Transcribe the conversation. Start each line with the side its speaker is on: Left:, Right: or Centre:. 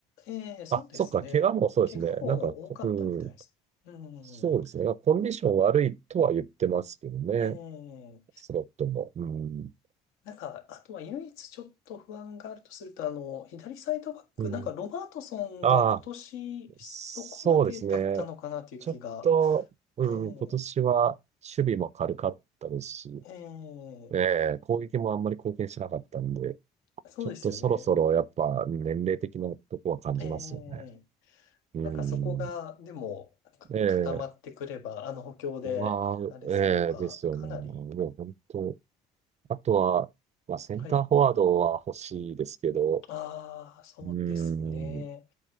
Left: えー、そうですね。
Right: あ、そっか、怪我もそうですね。
Left: 怪我も多かったみたいです。
Right: なんかこ、うん、
Left: う
Right: そうですね。
Left: ん。
Right: コンディション悪いとは言ってますけどね。
Left: えー、
Right: スロットも。うん。
Left: なんか、あとは唯一ちょっと不安があるとすると、あの、左サイドバック、
Right: うん。
Left: なんかロバートソンが今年そこまでだったのかなという気が
Right: ああ。そうですね。ちょっと、うん、
Left: ええ、
Right: 今年は守備も軽かったですし、
Left: え
Right: ええ攻撃もあんまり貢献しなかったんで、
Left: え、そうですよね。
Right: ちょっとそろそろやっぱ年齢的なとこは感じますよね。
Left: ええ、
Right: うん。
Left: なんかそこが、でも、か固まってくれば、
Right: ええ
Left: あの補強で、
Right: まあ、
Left: あれすれば、
Right: ええですよね。
Left: かなり、
Right: もう本当、あとは、まあ、センターフォワードは欲しいですけど、
Left: はい。ああ、そうですね。
Right: うん、